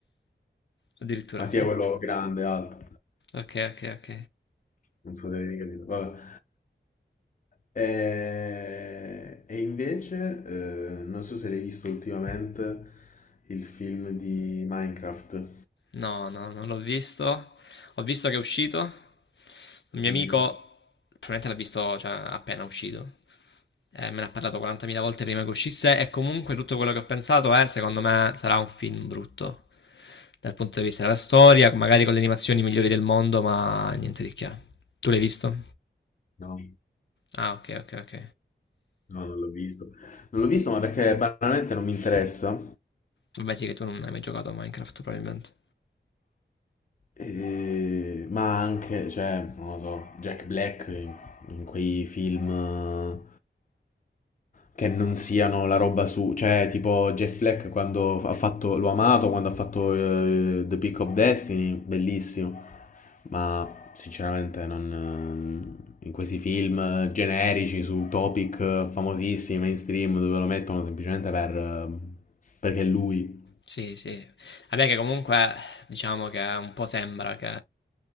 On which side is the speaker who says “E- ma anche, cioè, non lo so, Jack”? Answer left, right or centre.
Left